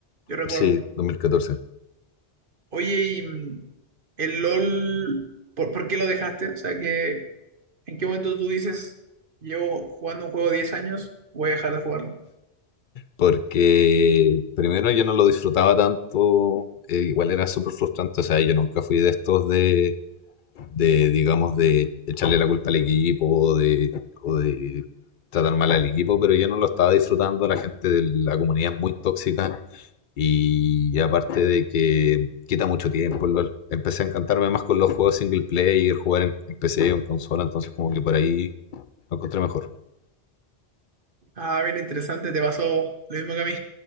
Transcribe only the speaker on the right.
yo recuerdo.
Oye, y mm, el LOL, ¿por, por qué lo dejaste? O sea que, ¿en qué momento tú dices, llevo jugando un juego 10 años, voy a dejar de jugarlo?
Ah, bien interesante, te pasó lo mismo que a mí.